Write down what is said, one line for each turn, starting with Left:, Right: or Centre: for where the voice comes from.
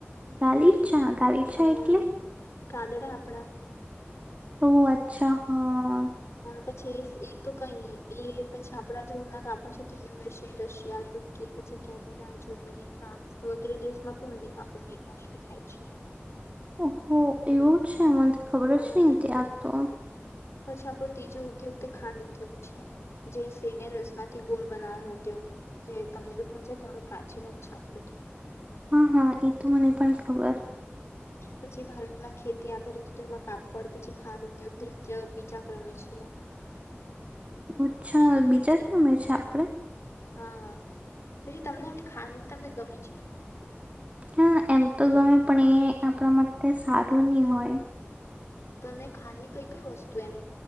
Right: ગાલી છા ગાલી
Left: હા
Right: છા એટલે?
Left: ગાદડા આપણાં
Right: ઓહ અચ્છા. હા
Left: પછી એ એ તો કઈ નહી એ પછી આપણા જે ઉના કાપડ છે તો યુએસ એ રશિયા યુકે પછી કેનેડા, જર્મની, ફ્રાસ વગેરે દેશમાં પણને કાપડની નિકાસ થાય છે.
Right: ઓહ એવું છે. મને તો ખબર
Left: હા
Right: જ નહીં આવું તો.
Left: પછી આપણો ત્રીજો ઉદ્યોગ તે ખાંડ ઉદ્યોગ છે જે સેડ રસમાંથી ગોળ બનાવવાનો ઉદ્યોગ જે તમને બી ખર ઘણો પ્રાચીન જ છે આપણું તો
Right: હા હા એ તો મને પણ ખબર
Left: પછી ભારતમાં ખેતી આધારિત ઉદ્યોગમાં કાપડ પછી ખાંડ ઉદ્યોગૃત્ય બીજા ક્રમે છે
Right: અચ્છા બીજા ક્રમે છે આપડે
Left: હા પછી તમને એમ ખાડ તમને ગમે છે
Right: હા એમ તો ગમે પણ એ આપણા માટે સારું નની હોય
Left: તમે ખાંડની કઈ કઈ વસ્તુ એમ